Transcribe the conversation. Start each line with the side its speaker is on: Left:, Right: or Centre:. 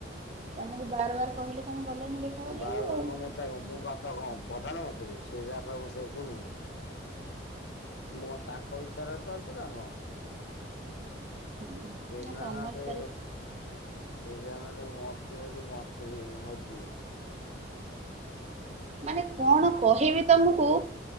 Right: ତମକୁ ବାର ବାର କହିଲେ ତମେ ଗଲନି ଦେଖା କରିବାକୁ
Left: ବାର ବାର
Right: ଆଉ
Left: କଣ ମ କ ମୁଁ କଥା କଣ ପ୍ରଧାନମନ୍ତ୍ରୀ ସେ ଯାହା କହିବ ମୁଁ ସେବୁ ଶୁଣିବି ମୁଁ ତାଙ୍କ ବିଷୟରେ ଚାଲିଛି ନା କଣ
Right: ହୁଁ
Left: ସେ
Right: ନା
Left: ଜାଣିନାହାନ୍ତି
Right: ତମଲ କର
Left: ସେ ଜ ମରତଛି ମର ମ ଦି
Right: ମାନେ କଣ କହିବି ତମକୁ